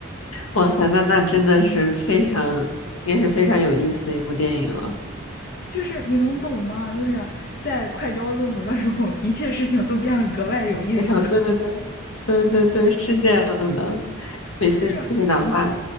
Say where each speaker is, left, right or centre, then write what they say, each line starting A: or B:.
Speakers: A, on the left; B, on the left.
A: 哇塞，那那真的是非常，也是非常有意思的一部电影了。
B: 就是你能懂吗？就是在快交论文的时候，一切事情都变得格外有意思。
A: 非常对对对对对对，是这样的。每次就是哪怕
B: 就是，